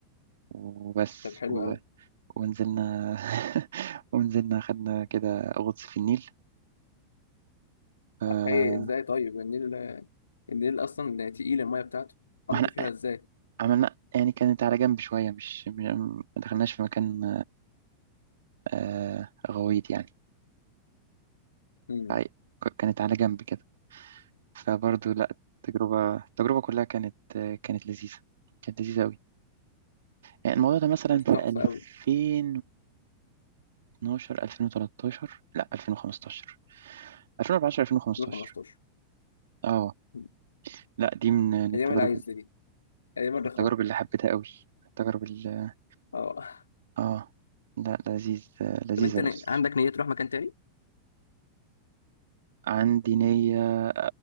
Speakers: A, on the right; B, on the left.
A: وبس
B: طب حلو
A: و...
B: أوي
A: ونزلنا <laughs> ونزلنا خدنا كده غطس في النيل آه،
B: إيه إزاي طيب النيل النيل أصلا تقيل المية بتاعته قمتوا
A: ما احنا
B: فيها إزاي؟
A: عملنا يعني كانت على جنب شوية مش مش- ما دخلناش في مكان آه، غويط يعني
B: مم.
A: فع- كانت على جنب كده فبرضه لا التجربة التجربة كلها كانت كانت لذيذة كانت لذيذة أوي يعني الموضوع ده مثلا
B: طب تحفة أوي
A: في 2012 2013 لا 2015 2014 2015
B: 2015
A: اه
B: مم.
A: لا دي من من التجارب
B: أيام العز دي أيام الرخاء
A: التجارب اللي حبيتها أوي التجارب اللي
B: اه
A: اه لا لذيذ لذيذة
B: طب انت
A: الأسر
B: ن- عندك نية تروح مكان تاني
A: عندي نية